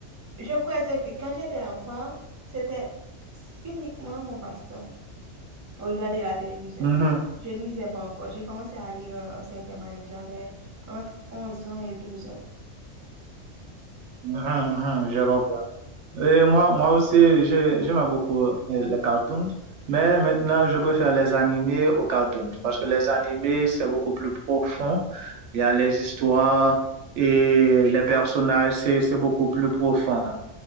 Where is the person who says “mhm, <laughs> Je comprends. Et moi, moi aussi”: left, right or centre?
Right